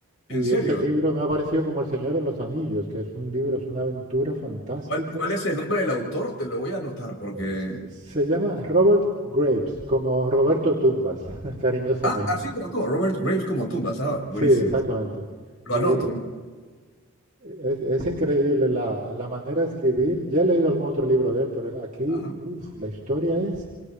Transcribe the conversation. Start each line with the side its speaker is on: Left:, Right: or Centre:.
Left: ¿En
Right: y
Left: serio?
Right: ese libro me ha parecido como El Señor de los Anillos, que es un libro, es una aventura fantástica.
Left: ¿Cuál, cuál es el nombre del autor? Te lo voy a anotar porque...
Right: Es- se llama Robert Graves, como Roberto Tumbas, <laughs> cariñosamente.
Left: Ah, así como tú, Robert Graves como tumbas. Ah, buenísimo.
Right: Sí, exactamente.
Left: Lo
Right: Y
Left: anoto. ¿no?
Right: es, es increíble la, la manera de escribir. Ya he leído algún otro libro de él, pero aquí,
Left: Ajá.
Right: uf, la historia es,